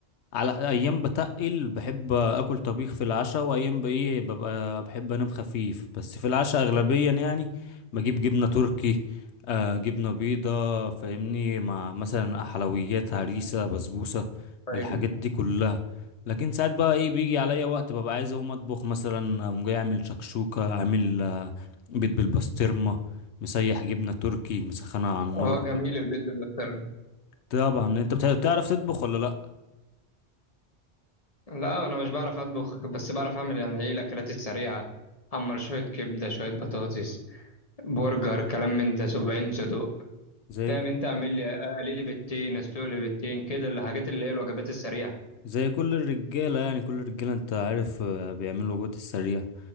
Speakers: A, on the left (about 80°); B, on the left (about 35°).
A: على ايام بتقل بحب اكل طبيخ في العشاء وايام بايه ببقى بحب انام خفيف بس في العشاء اغلبيا يعني بجيب جبنه تركي آه جبنه بيضه فاهمني مع مثلا حلويات هريسه بسبوسه
B: طيب.
A: الحاجات دي كلها لكن ساعات بقى ايه بيجي عليا وقت ببقى عايز اقوم اطبخ مثلا اقوم جاي اعمل شكشوكه عامل آه، بيض بالبسطرمه مسيح جبنه تركي مسخنه على النار
B: اه جميل
A: كده
B: البيض بالبسطرمه
A: طبعا انت بتع- بتعرف تطبخ ولا لا
B: لا انا مش بعرف اطبخ بس بعرف اعمل يعني ايه الاكلات السريعه حمر شويه كبده شويه بطاطس برجر كلام من ده 70 صدوق
A: زي
B: فاهم انت اعمل لي اقلي لي بيضتين اسلق لي بيضتين كده الحاجات اللي هي الوجبات السريعه
A: زي كل الرجالة يعني كل الرجالة انت عارف آه، بيعملوا الوجبات السريعة